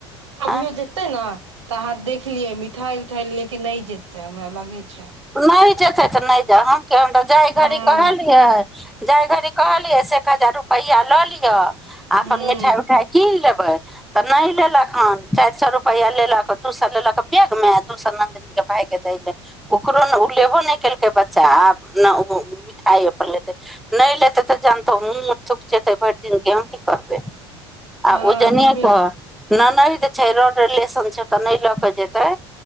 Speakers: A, on the right; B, in the centre.
A: अभियो
B: आँ
A: जेतै ने तऽ अहाँ देख लिये मिठाई उठाई ले के नै जेतय हमरा लागय छै
B: नहि जेतै तऽ नहि जाउ कि हम तऽ जाय
A: हँ
B: घड़ी कहलियै जाय घड़ी कहलियै से एक हजार रुपैआ लऽ लिअ आ अपन
A: हूँ
B: मिठाई उठाई किन लेब तऽ नहि लेलक हन चारि सए रुपैआ लेलक दू सए लेलक बैगमे दू सए नन्दनीक के भाय के दै ले ओकरो ने ओ लेबो नहि केलकै बच्चा आब नहि ओ मिठाई अपन लेतै नहि लेतै तऽ जानतौ मुँह थुकचैतै भरि दिन कि हम की करबै आ
A: हँ
B: ओजने नै
A: तऽ फिर
B: एतऽ ननैद छै रोड रिलेशन छै तऽ नहि लए केऽ जेतै